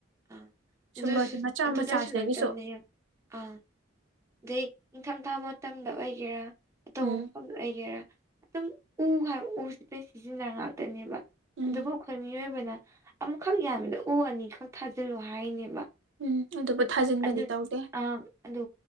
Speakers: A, on the right; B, on the right.
A: ꯑꯥ ꯑꯗꯨꯁꯨ
B: ꯁꯨꯝꯕꯁꯤ ꯃꯆꯥ
A: ꯑꯗꯨꯗꯁꯨ
B: ꯃꯆꯥ ꯁꯤꯗꯒꯤꯁꯨ
A: ꯅꯠꯇꯅ ꯌꯦꯡ ꯑꯥ ꯑꯗꯩ ꯅꯤꯡꯪꯊꯝ ꯊꯥ ꯃꯇꯝꯗ ꯑꯣꯏꯒꯦꯔꯥ ꯑꯇꯣꯞꯄ
B: ꯎꯝ
A: ꯃꯐꯝ ꯂꯩꯒꯦꯔꯥ ꯑꯗꯨꯝ ꯎ ꯎꯁꯤ ꯂꯣꯏ ꯁꯤꯖꯤꯟꯅ ꯉꯥꯛꯇꯅꯦꯕ
B: ꯎꯝ
A: ꯑꯗꯨꯕꯨ ꯑꯩꯈꯣꯏ ꯃꯤꯑꯣꯏꯕꯅ ꯑꯃꯈꯛ ꯌꯥꯝꯕꯗ ꯎ ꯑꯅꯤꯈꯛ ꯊꯥꯖꯤꯜꯂꯣ ꯍꯥꯏꯔꯤꯅꯦꯕ
B: ꯎꯝ ꯑꯗꯨꯕꯨ ꯊꯥꯖꯤꯟꯕꯗꯤ
A: ꯑꯗꯨ
B: ꯇꯧꯗꯦ
A: ꯑ ꯑꯗ